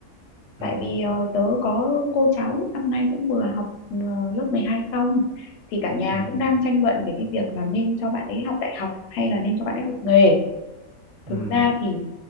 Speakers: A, on the right; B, on the left.
A: ừ,
B: tại vì ờ, tớ có cô cháu năm nay cũng vừa học ờ, lớp 12 xong thì cả nhà
A: ừ,
B: cũng đang tranh luận về cái việc là nên cho bạn ấy học đại học hay là nên cho bạn ấy học nghề
A: ừ,
B: thực ra thì